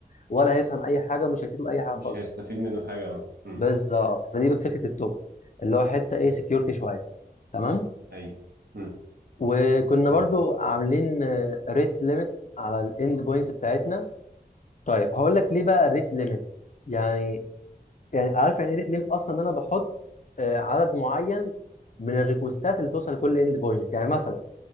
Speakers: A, on the left (about 50°); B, on the right (about 70°).
A: ولا هيفهم اي حاجه مش هيفيده باي حاجه
B: مش
A: خالص
B: هيستفيد منه حاجة مم.
A: بالظبط فدي فكره التوكن اللي هو حته ايه سكيورتي شويه تمام
B: ايوه مم.
A: وكنا
B: طيب
A: برضو عاملين ريت ليميت على الاند بوينتس بتاعتنا طيب هقول لك ليه بقى ريت ليميت يعني يعني عارف يعني ايه ريت ليميت اصلا ان انا بحط آه، عدد معين من الريكوستات اللي توصل لكل اند بوينت يعني مثلا